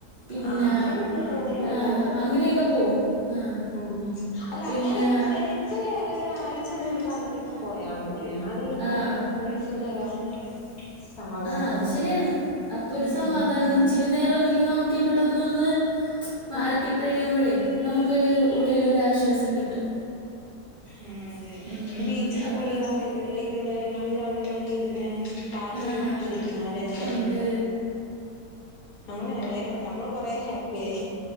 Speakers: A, on the right; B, on the left.
A: പിന്നെ
B: ആഹ് അങ്ങനെയൊക്കെ
A: അഹ്
B: പോവുന്നല്ലാതെ
A: അഹ് അങ്ങനെയൊക്കെ പോവും അങ്ങനെക്കെ പോവും ആഹ്
B: ഉം അല്ല
A: പിന്നെ അങ്ങനെ
B: എടക്കൊരു
A: ശരിക്കൊരു
B: ഒരാഴ്ച കൂടുമ്പോ
A: അയിഴ്ച
B: അങ്ങനെയൊക്കെ
A: കൂടുബോ അനെയൊക്കെ പോയാ
B: എന്നാലന്നെ
A: മതി
B: കൊറേ
A: അഹ് പിന്നെ
B: മനസ്സിനൊരു
A: കൊറെ <unintelligible>
B: സമാധാനം
A: ആഹ് അത് ശരിയാണ് അപ്പൊ ഒരു സമാധാനംണ്
B: ഉം
A: ഇച്ചിരി നേരം എങ്കിലും നമുക്ക് ഇവിടെന്ന് ഒന്ന് മാറക്കി
B: ഉം
A: ട്ടി കഴിയുമ്പോഴേ നമുക്കൊരു ഉള്ളിലൊരു അശ്വാസം കിട്ടും ആഹ് അതെ
B: ബീച്ചില്
A: ബീച്ചിൽ
B: പോയി ആ വെ
A: പോയി
B: വൈകുന്നേരങ്ങളിൽ
A: ആ വൈകുന്നേരങ്ങളിൽ
B: അവിടെ ഇങ്ങനെ
A: അവിടെ
B: ഇരുന്ന്
A: ഇങ്ങനെ
B: കാറ്റൊക്കെ
A: ആഹ്
B: കൊണ്ടിരുന്നാലന്നെ
A: ക്കൊണ്ട്
B: നമ്മളെറെ നമ്മൾ കൊറെ ഹാപ്പിയ ആയി